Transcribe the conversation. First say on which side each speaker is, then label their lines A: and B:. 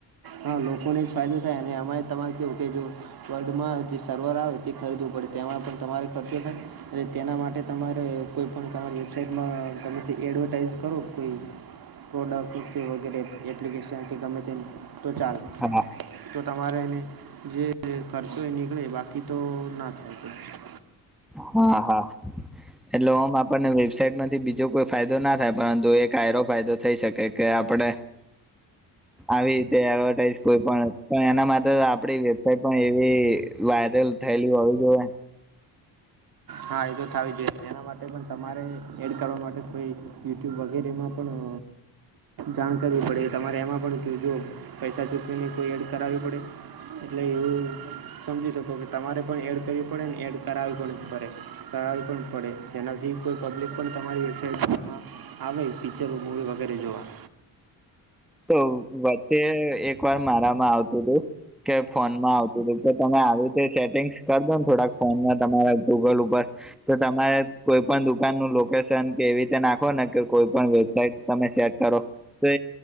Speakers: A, on the right; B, in the centre.
A: હા લોકોને જ ફાયદો થાય અને અમારે તમારે કેવું કે જો વર્લ્ડમાં જે સર્વર આવે તે ખરીદવો પડે તેમાં પણ તમારે ખર્ચો થાય અને તેના માટે તમારે કોઈ પણ તમારી વેબસાઇટમાં કમે તે એડવર્ટાઈઇઝ કરો કોઈ પ્રોડક્ટ કે વગેરે એપ્લિકેશન કે ગમે તે. તો ચાલ
B: હા
A: તો. તમારે એને જે ખર્ચો એ નીકળે બાકી તો ના થાય કો.
B: હા હા. એટલે ઓમ આપણને વેબસાાઈટ માંથી બીજો કોઈ ફાયદો ના થાય પરંતુ એક આરો ફાયદો થઈ શકે કે આપડ આવી રીતે એડવર્ટાઈઝ કોઈ પણ પણ એના માટે આપડી વેબસાઇટ પણ એવી વાયરલ થયેલી હોવી જોઈએ
A: હા એ તો થવી જોઈએ એના માટે પણ તમારે એડ કરવા માટે કોઈ યુટ્યુબ વગેરેમાં પણ. જાણકારી પડે. તમારે એમાં પણ જો પૈસા ચૂવીને કોઈ એડ કરાવવી પડે એટલે એવું સમજી શકો કે તમારે પણ એડ કરવી પડે ને એડ કરાવવી પણ કરરે. તા આવી પણ પડે. તેનાથી કોઈ પબ્લિક પણ તમારી એક્સાઇટમેન્ટમાં આવે પિક્ચરો મૂવી વગેરે જોવા.
B: તો વચ્ચે એક વાર મારામાં આવતું હતું કે ફોનમાં આવતું હતું કે તમે આવી રીતે સેટિંગ્સ કર દો ને થોડાક ફોનમાં તમારા ગૂગલ ઉપર તો તમારે કોઈ પણ દુકાન નું લોકેશન કે એવી રીતે નાખો ને કે કોઈ પણ વેબસાઇટ તમે સેટ કરો તો.